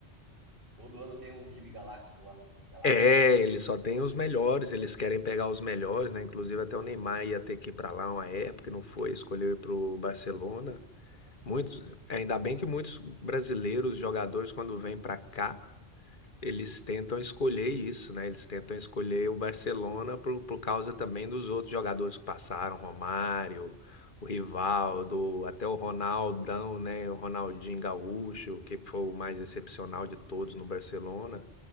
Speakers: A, on the right; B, on the left.
A: Todo ano tem um time galáctico lá, galáctico,
B: É, eles só têm os melhores, eles querem pegar os melhores, né? Inclusive até o Neymar ia ter que ir para lá uma época, e não foi, escolheu ir para o Barcelona.
A: Barcelona.
B: Muitos, ainda bem que muitos brasileiros jogadores quando vêm para cá, eles tentam escolher isso, né? Eles tentam escolher o Barcelona por, por causa também dos outros jogadores que passaram, Romário, o Rivaldo, até o Ronaldão, né? O Ronaldinho Gaúcho, que foi o mais excepcional de todos no Barcelona.